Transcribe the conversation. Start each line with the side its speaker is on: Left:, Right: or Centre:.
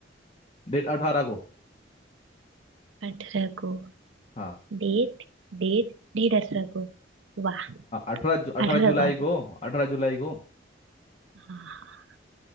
Left: डेट अठारह को
Right: अठारह को
Left: हाँ
Right: डेट डेट डेट अठारह को वाह
Left: अठारह अठारह
Right: अठारह
Left: जुलाई
Right: को आता
Left: को
Right: है
Left: अठारह जुलाई को
Right: हाँ हाँ